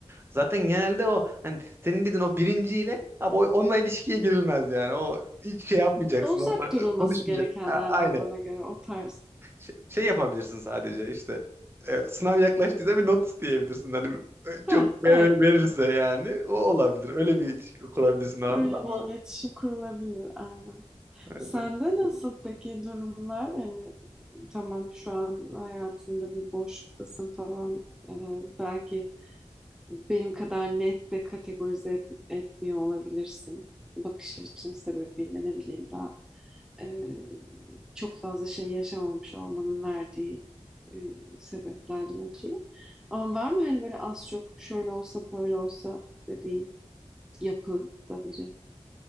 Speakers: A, on the right; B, in the centre.
A: Zaten genelde o hani senin dediğin o birinciyle abi o- onunla ilişkiye girilmez yani. O hiç şey yapmayacaksın.
B: Uzak
A: Onunla
B: durulması
A: konuşmayacaksın.
B: gerekenlerden
A: Ha, aynen.
B: bana göre o tarz.
A: Şey, şey yapabilirsin sadece işte e, sınav yaklaştıysa bir not isteyebilirsin. Hani e,
B: Ha,
A: çok ver-
B: evet,
A: verirse yani o olabilir. Öyle bir ilişki kurabilirsin aranda
B: öyle
A: ama
B: bir Hmm. iletişim kurulabilir aynen. Sende
A: evet.
B: nasıl peki durumlar? Hani tamam şu an hayatında bir boşluktasın falan. Ee, belki Benim kadar net de kategorize et- etmiyor olabilirsin. Bakış açın sebebiyle ne bileyim daha e, çok fazla şey yaşamamış olmanın verdiği e, sebeplerden ötürü. Ama var mı hani böyle az çok şöyle olsa böyle olsa dediğin yapıda biri?